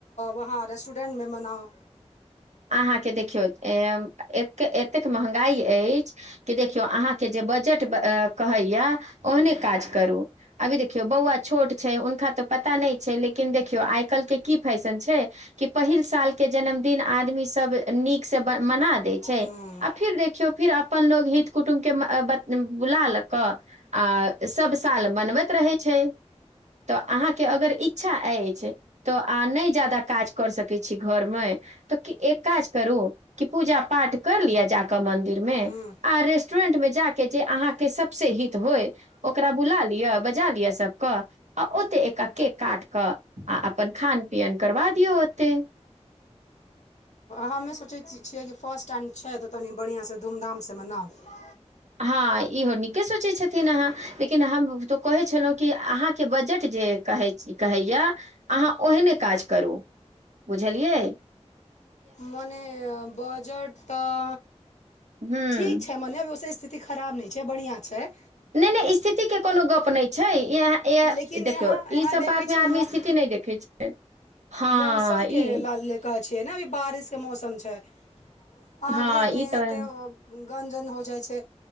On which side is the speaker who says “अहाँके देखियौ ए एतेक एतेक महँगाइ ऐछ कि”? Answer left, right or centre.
Right